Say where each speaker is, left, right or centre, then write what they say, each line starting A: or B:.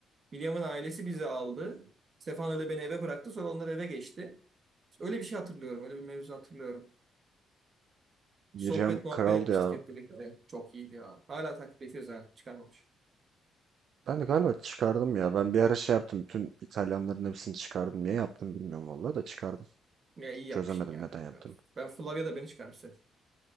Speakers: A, on the right; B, on the right.
A: William'ın ailesi bizi aldı. Stefano ile beni eve bıraktı. Sonra onlar eve geçti. Öyle bir şey hatırlıyorum. Öyle bir mevzu hatırlıyorum.
B: Miriam
A: Sohbet muhabbet
B: Kraldı
A: etmiştik
B: ya.
A: hep birlikte. Çok iyiydi ya. Hala takip ediyoruz ha. Çıkarmamış.
B: Ben de galiba çıkardım ya. Ben bir ara şey yaptım. Bütün İtalyanların hepsini çıkardım. Niye yaptım bilmiyorum vallahi da çıkardım.
A: Ya iyi yapmışsın
B: Çözemedim
A: ya
B: neden
A: kanka.
B: yaptım.
A: Ben Flavia da beni çıkarmış zaten.